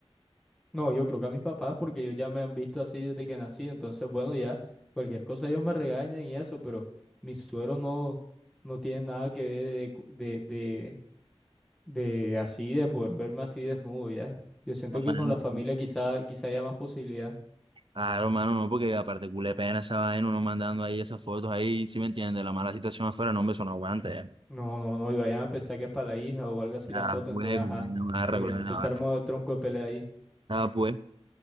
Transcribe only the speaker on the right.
Romano,
sí.
Ah, Romano, no, porque aparte culé pena esa vaina, uno mandando ahí esas fotos ahí, si me entiendes? La mala situación afuera, no, hombre, eso no aguanta. eh.
Ah,
pues,
culé vaina barra,
culé vaina
barra.
Ah, pues,